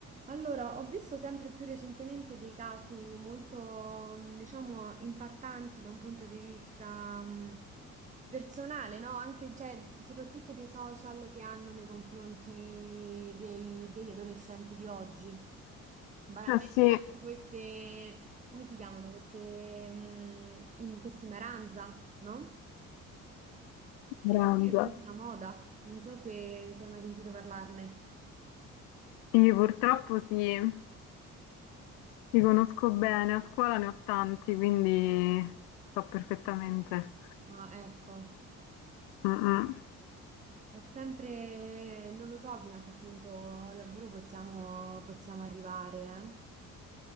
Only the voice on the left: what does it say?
Eh sì,
grande.
Sì, purtroppo sì, li conosco bene, a scuola ne ho tanti, quindi so perfettamente.
Mm, mm.